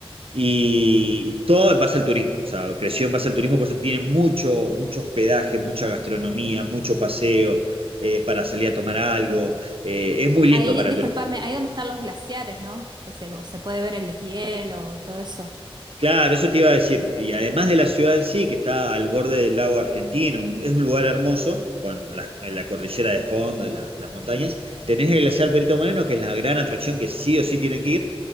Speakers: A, on the right; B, on the right.
A: Y todo en base al turismo, o sea, creció en base al turismo, por eso tiene mucho, mucho hospedaje, mucha gastronomía, mucho paseo eh, para salir a tomar algo. eh, es muy lindo
B: Ahí,
A: para
B: discúlpame,
A: el turista.
B: ahí donde están los glaciares, ¿no? Que se, se puede ver el deshielo y todo eso,
A: Claro, eso te iba a decir. Y además de la ciudad en sí, que está al borde del lago argentino, un- es un lugar hermoso, con la, la cordillera de fondo, la- las montañas, tenés el glaciar Perito Moreno, que es la gran atracción que sí o sí tienen que ir.